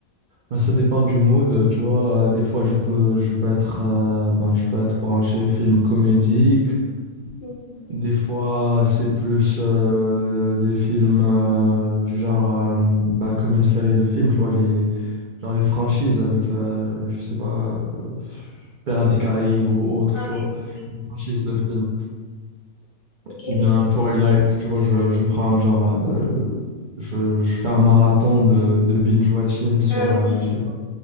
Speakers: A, on the right; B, on the left.
A: bah, ça dépend du mood, tu vois. euh, Des fois, je peux, je peux être, euh, ben, je peux être branché film comédique.
B: Mhm.
A: Des fois, c'est plus euh, des films euh, du genre, euh, bah, comme une série de films, tu vois, les Genre les franchises avec, euh, je sais pas, euh, Pirates des Caraïbes ou autre,
B: Ah
A: tu
B: oui,
A: vois.
B: oui, oui.
A: Franchise de film.
B: Ok,
A: Ou bien
B: oui.
A: Twilight, tu vois, je, je prends genre, euh, je, je fais un marathon de, de binge-watching sur,
B: Ah,
A: euh,
B: oui.
A: je sais pas,